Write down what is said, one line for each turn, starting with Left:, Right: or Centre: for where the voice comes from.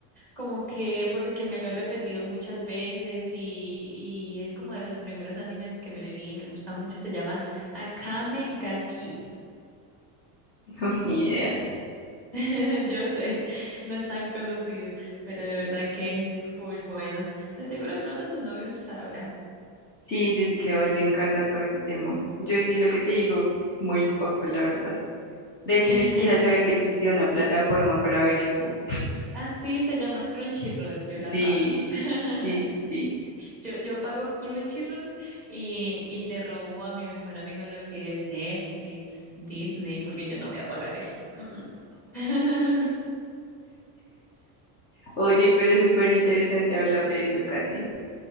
Centre: como que porque me lo he repetido muchas veces y, y es como de los primeros animes que me vi, me gusta mucho, se llama Akame ga Kill.
Left: No, ni idea.
Centre: <laughs> Yo sé, no es tan conocido, pero de verdad que full bueno. De seguro de pronto tu novio sabrá.
Left: Sí, yo sí creo, a él le encanta todo ese tema. Yo sí lo que te digo, muy poco, la verdad. De
Centre: <laughs>
Left: hecho, ni siquiera sabía que existía una plataforma para ver eso.
Centre: Así se llama Crunchyroll, yo la
Left: Sí,
Centre: pago. <laughs>
Left: sí, sí, sí.
Centre: Yo, yo pago Crunchyroll y, y le robo a mi mejor amigo lo que es Netflix, Disney, porque yo no voy a pagar eso. Mm, mm. <laughs>
Left: Oye, pero es súper interesante hablar de eso, Kate.